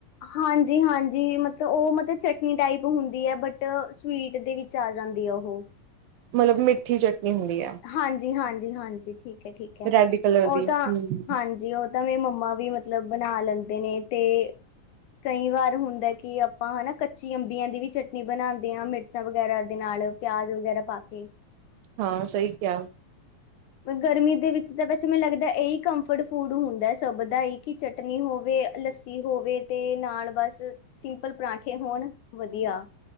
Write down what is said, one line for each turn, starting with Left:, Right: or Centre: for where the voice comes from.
Left: ਹਾਂਜੀ -ਹਾਂਜੀ, ਮਤਲਬ -ਮਤਲਬ ਚਟਨੀ ਟਾਈਪ ਹੁੰਦੀ ਹੈ ਬਟ ਸਵੀਟ ਦੇ 'ਚ ਆ ਜਾਂਦੀ ਆ ਉਹੋ
Right: ਮਤਲਬ ਮਿੱਠੀ ਚਟਨੀ ਹੁੰਦੀ ਐਂ।
Left: ਹਾਂਜੀ- ਹਾਂਜੀ- ਹਾਂਜੀ, ਠੀਕ ਐ -ਠੀਕ ਹੈ
Right: ਰੈਡ ਕਲਰ ਦੀ
Left: ਉਹ ਤਾਂ
Right: ਹਮ।
Left: ਹਾਂਜੀ ਜੀ ਉਹ ਤਾਂ ਮੇ ਮੰਮਾ ਵੀ ਮਤਲਬ ਬਣਾ ਲੈਂਦੇ ਨੇ ਤੇ ਕਈ ਵਾਰ ਹੁੰਦਾ ਕਿ ਆਪਾਂ ਹਨਾ ਕੱਚੀ ਅੰਬੀਆਂ ਦੀ ਵੀ ਚਟਨੀ ਬਣਾਉਂਦੇ ਹਾਂ ਮਿਰਚ ਮਿਰਚਾਂ ਵਗੈਰਾ ਦੇ ਨਾਲ ਪਿਆਜ ਵਗੈਰਾ ਪਾ ਕੇ
Right: ਹਾਂ ਸਹੀ ਕਿਆ
Left: ਗਰਮੀ ਦੇ ਵਿੱਚ ਤਾਂ ਬਸ ਮੈਨੂੰ ਲੱਗਦਾ ਇਹੀ ਕੰਫਰਡ ਫੂਡ ਹੁੰਦਾ ਸਭ ਦਾ ਹੀ ਕੀ ਚਟਨੀ ਹੋਵੇ ਲੱਸੀ ਹੋਵੇ ਤੇ ਨਾਲ ਬਸ ਸਿੰਪਲ ਪਰਾਂਠੇ ਹੋਣ ਵਧੀਆ